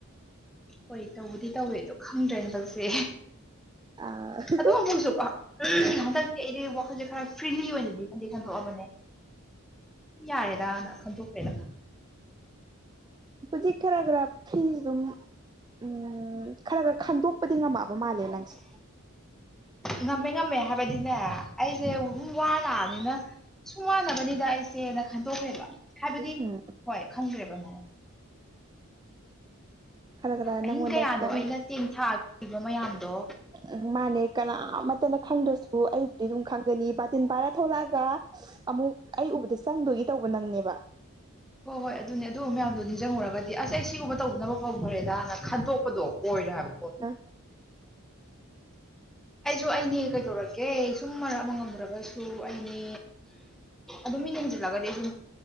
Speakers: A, in the centre; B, on the right.
A: ꯍꯣꯏ ꯇꯧꯕꯗꯤ ꯇꯧꯋꯦꯗꯣ ꯈꯪꯗ꯭ꯔꯦ ꯍꯟꯗꯛꯁꯦ
B: ꯍꯧꯖꯤꯛ
A: ꯑꯗꯣꯑꯃꯨꯛꯁꯨ ꯀꯣ ꯎꯝ ꯍꯟꯗꯛꯇꯤ ꯑꯩꯗꯤ ꯋꯥꯈꯜꯁꯦ ꯈꯔ ꯐ꯭ꯔꯤꯂꯤ ꯑꯣꯏꯅꯗꯤ ꯈꯟꯗꯤ ꯈꯟꯗꯣꯛꯑꯕꯅꯦ ꯌꯥꯔꯦꯗꯥꯅ ꯈꯟꯗꯣꯛꯈ꯭ꯔꯦꯗ
B: ꯍꯧꯖꯤꯛ ꯈꯔ ꯈꯔ ꯐ꯭ꯔꯤꯗꯨꯝ ꯎꯝ ꯈꯔ ꯈꯔ ꯈꯟꯗꯣꯛꯄꯗꯤ ꯉꯝꯃꯛꯑꯕ ꯃꯥꯜꯂꯦ ꯅꯪꯁꯦ
A: ꯉꯝꯃꯦ ꯉꯝꯃꯦ ꯍꯥꯏꯕꯗꯤꯅꯦ ꯑꯩꯁꯦ ꯑꯗꯨꯝ ꯋꯥꯔ ꯂꯥꯛꯑꯕꯅꯤꯅ ꯁꯨꯝ ꯋꯥꯅꯕꯅꯤꯗ ꯑꯩꯁꯦꯅ ꯈꯟꯇꯣꯛꯈ꯭ꯔꯦꯕ ꯍꯥꯏꯕꯗꯤ
B: ꯎꯝ
A: ꯍꯣꯏ ꯈꯟꯈ꯭ꯔꯦꯕ ꯃꯥꯅ
B: ꯈꯔ ꯈꯔ ꯅꯪꯉꯣꯟꯗ
A: ꯑꯍꯤꯡ ꯀꯌꯥꯅꯣ
B: ꯈꯤꯇꯪ
A: ꯑꯩꯅ ꯇꯦꯟ ꯊꯥꯈꯤꯕ ꯃꯌꯥꯝꯗꯣ
B: ꯎꯝ ꯃꯥꯅꯦ ꯀꯅꯥꯥ ꯑꯃꯠꯇꯅ ꯈꯪꯗ꯭ꯔꯁꯨ ꯑꯩꯕꯨꯗꯤ ꯑꯗꯨꯝ ꯈꯪꯒꯅꯤ ꯕꯥꯇꯤꯟ ꯄꯥꯏꯔ ꯊꯣꯛꯂꯛꯑꯒ ꯑꯃꯨꯛ ꯑꯩ ꯎꯕꯗ ꯆꯪꯗꯣꯏꯒꯤ ꯇꯧꯕ ꯅꯪꯅꯦꯕ
A: ꯍꯣꯏ ꯍꯣꯏ ꯑꯗꯨꯅꯦ ꯑꯗꯨ ꯒꯨꯝꯕ ꯃꯌꯥꯝꯗꯣ ꯅꯤꯡꯖꯤꯡꯉꯨꯔꯒꯗꯤ ꯑꯁ ꯑꯩ ꯁꯤꯒꯨꯝꯕ ꯇꯧꯗꯅꯕ ꯐꯥꯕꯨ ꯐꯔꯦꯗꯥꯅ ꯈꯟꯇꯣꯛꯄꯗꯣ ꯑꯣꯏꯔꯦ ꯍꯥꯏꯕ ꯄꯣꯠꯇꯣ
B: <inaudible>
A: ꯑꯩꯁꯨ ꯑꯩꯅꯦ ꯀꯩꯗꯧꯔꯒꯦ ꯁꯨꯝ ꯃꯔꯛ ꯑꯃ ꯉꯝꯗ꯭ꯔꯒꯁꯨ ꯑꯩꯅꯦ ꯑꯗꯨ ꯃꯤ ꯍꯦꯟꯁꯤꯜꯂꯒꯗꯤ ꯑꯩꯁꯨꯝ